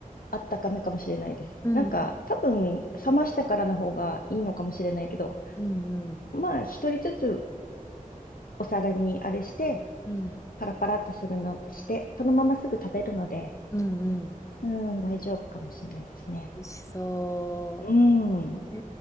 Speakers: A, on the left; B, on the left.
A: あったかめかもしれないです。
B: うん。
A: なんか、多分、冷ましてからの方がいいのかもしれないけど、
B: うん。うん。
A: まあ、一人ずつお皿にあれして、
B: うん。
A: パラパラっとするの、して、そのまますぐ食べるので、
B: うんうん
A: うん、大丈夫かもしれないですね。
B: 美味しそ
A: うん。
B: う。え